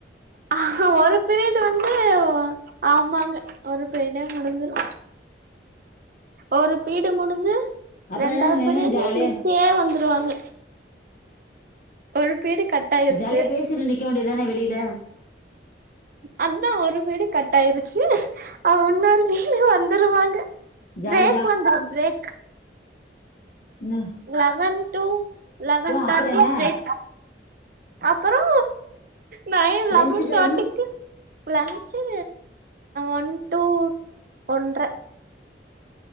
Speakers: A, on the right (about 50°); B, on the left (about 45°).
A: ஆ ஒரு பிரியிடு வந்து ஆமாங்க ஒரு பெர்டே முடிஞ்சிரு ஒரு பீடு முடிஞ்சி
B: அப்புறம்
A: ரெண்டாவது
B: என்ன நின்னு
A: பிடிது
B: ஜாலியா
A: மிஸ் கே வந்துருவாங்க ஒரு பீடு கட் ஆயிருச்சு
B: ஜாலியா பேசிட்டு நிக்கே வேண்டியதுதான வெளில
A: அதா ஒரு பீடு கட் ஆயிருச்சி ஆ இன்னொரு பீடு வந்துருவாங்க
B: ஜாலி
A: பிரேக் வந்துரு பிரேக்
B: ம்
A: லெவன் டு லெவன் தேர்டி
B: அப்புறம் என்ன
A: ப்ரேக் அப்புறோ நயன் லெவன்
B: லஞ்ச் டைம்
A: தேட்டிக்கி லன்ச்சி ஒன் டூ ஒன்ற